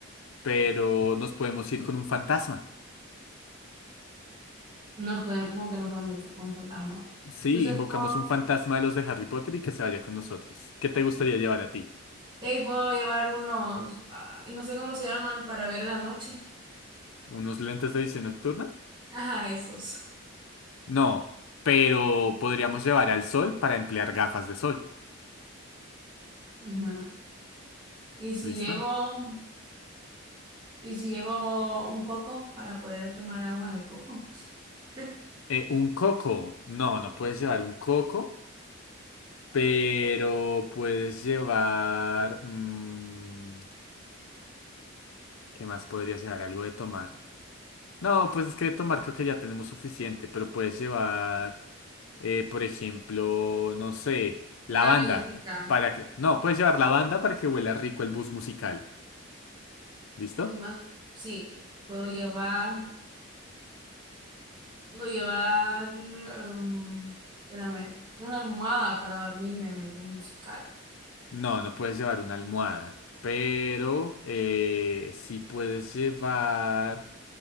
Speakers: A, on the left (about 75°); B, on the right (about 20°).
A: pero nos podemos ir con un fantasma.
B: No podemos, como que no podemos ir con un fantasma.
A: Sí,
B: Entonces
A: invocamos
B: puedo,
A: un fantasma de los de Harry Potter y que se vaya con nosotros. ¿Qué te gustaría llevar a ti?
B: hey, puedo llevar unos, ay, no sé cómo se llaman, para ver en la noche.
A: ¿Unos lentes de visión nocturna?
B: Ajá, esos.
A: No, pero podríamos llevar al sol para emplear gafas de sol.
B: Ujú. Y si
A: ¿Listo?
B: llevo, y si llevo un coco para poder tomar agua de coco. <laughs>
A: Eh, un coco. No, no puedes llevar un coco, pero puedes llevar... mm, ¿qué más podrías llevar? Algo de tomar. No, pues es que de tomar creo que ya tenemos suficiente, pero puedes llevar... eh, por ejemplo, no sé, lavanda,
B: Una galletita.
A: para que... No, puedes llevar lavanda para que huela rico el bus musical. ¿Listo?
B: ¿Qué más? Sí, puedo llevar. Puedo llevar, em, espérame, una almohada para dormirme en el bus musical,
A: No, no puedes llevar una almohada, pero eh, sí puedes llevar...